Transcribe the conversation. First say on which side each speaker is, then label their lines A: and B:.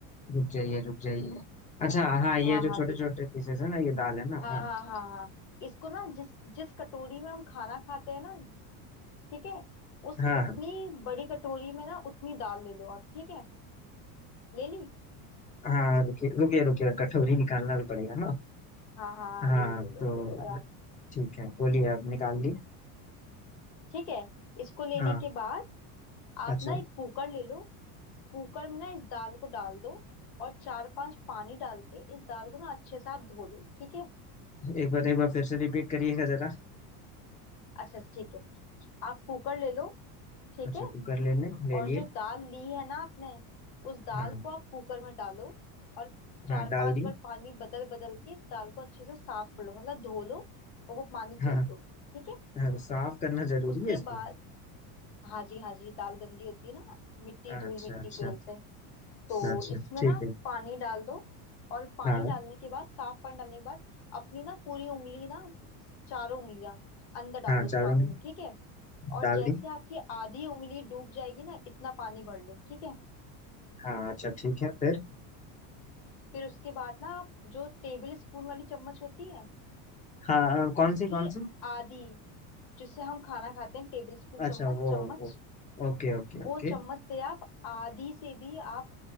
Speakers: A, on the left (about 15°); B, on the left (about 75°).
A: रुक जाइए रुक जाइए अच्छा हाँ ये
B: हाँ
A: जो
B: हाँ
A: छोटे
B: देख
A: छोटे पीसेस है ना ये दाल है ना
B: हाँ
A: हाँ
B: हाँ
A: ठीक।
B: हाँ हाँ इसको ना जिस जिस कटोरी में हम खाना खाते हैं ना ठीक है उस
A: हाँ
B: उतनी बड़ी कटोरी में ना उतनी दाल ले लो आप ठीक है ले ली
A: हाँ हाँ, रुकिए रुकिए रुकिए कटोरी निकालना भी पड़ेगा ना
B: हाँ हाँ
A: हाँ
B: ले लो ले लो
A: तो
B: ले लो आराम से
A: ठीक है बोलिए अब निकाल ली
B: ठीक है इसको लेने
A: हाँ
B: के बाद आप
A: अच्छा
B: ना एक कुकर ले लो कुकर में ना इस दाल को डाल दो और चार पांच पानी डाल के इस दाल को ना अच्छे से आप धो लो ठीक है
A: एक बार एक बार फिर से रिपीट करिएगा जरा
B: अच्छा ठीक है आप कुकर ले लो ठीक
A: अच्छा
B: है
A: कुकर ले लें ले
B: और
A: लिए
B: जो दाल ली है ना आपने उस दाल
A: हाँ
B: को आप कुकर में डालो और चार
A: हाँ डाल
B: पांच
A: दी
B: बार पानी बदल बदल के इस दाल को अच्छे से साफ कर लो मतलब धो लो और वो पानी
A: हाँ
B: फेंक दो ठीक है
A: हाँ, साफ करना जरूरी
B: उसके
A: है इसको
B: बाद हाँ जी हाँ जी दाल गंदी होती है ना मिट्टी
A: अच्छा
B: धूल मिट्टी
A: अच्छा
B: की वजह से तो
A: अच्छा
B: इसमें
A: ठीक
B: ना
A: है
B: पानी डाल दो और पानी
A: हाँ
B: डालने के बाद साफ पानी डालने के बाद अपनी ना पूरी उंगली ना चारों उंगलियां अंदर डालो
A: हाँ चारों
B: उस पानी में ठीक है और
A: डाल
B: जैसे
A: दी
B: आपकी आधी उंगली डूब जाएगी ना इतना पानी भर लो ठीक है
A: हाँ अच्छा ठीक है फिर
B: फिर उसके बाद ना आप जो टेबल स्पून वाली चम्मच होती है
A: हाँ हाँ, कौन
B: उसकी
A: सी कौन सी
B: आधी जिससे हम खाना खाते हैं टेबल स्पून चम्मच
A: अच्छा वो
B: चम्मच
A: वो ओके ओके
B: वो
A: ओके
B: चम्मच से आप आधी से भी आप